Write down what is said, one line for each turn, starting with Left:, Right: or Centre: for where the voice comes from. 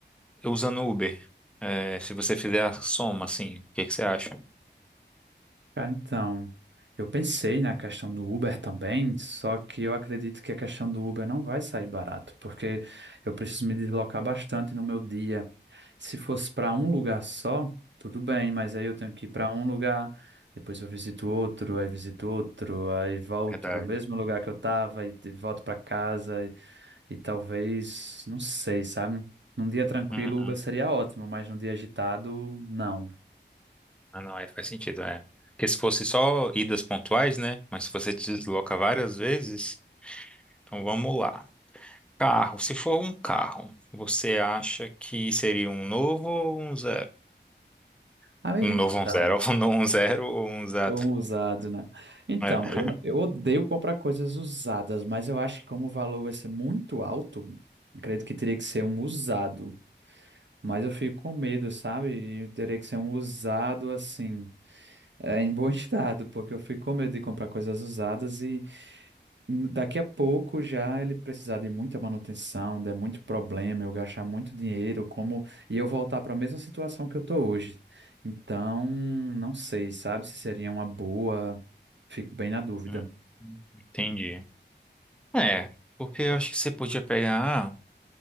Centre: usando Uber? É, se você fizer a soma, assim, o que que você acha?
Right: Cara, então, eu pensei na questão do Uber também, só que eu acredito que a questão do Uber não vai sair barato, porque eu preciso me deslocar bastante no meu dia. Se fosse para um lugar só, tudo bem, mas aí eu tenho que ir para um lugar, depois eu visito outro, aí visito outro, aí volto
Centre: Verdade.
Right: para o mesmo lugar que eu estava e e volto para casa. E talvez, não sei, sabe? Num dia tranquilo,
Centre: Uhum.
Right: Uber seria ótimo, mas num dia agitado, não.
Centre: Ah, não, é, faz sentido, é. Porque se fosse só idas pontuais, né? Mas se você te desloca várias vezes, então vamos lá. Carro, se for um carro, você acha que seria um novo ou um zero?
Right: Amigo,
Centre: Um
Right: então,
Centre: novo, um zero, <laughs> um novo, um zero ou um zero?
Right: um usado, né? Então,
Centre: É.
Right: eu, eu odeio comprar coisas usadas, mas eu acho que como o valor vai ser muito alto, acredito que teria que ser um usado. Mas eu fico com medo, sabe? E teria que ser um usado assim, é, em bom <laughs> estado, porque eu fico com medo de comprar coisas usadas e Daqui a pouco já ele precisar de muita manutenção, der muito problema, eu gastar muito dinheiro, como e eu voltar para a mesma situação que eu tô hoje. Então, não sei, sabe, se seria uma boa, fico bem na dúvida.
Centre: Hum, Entendi. É, porque eu acho que você podia pegar,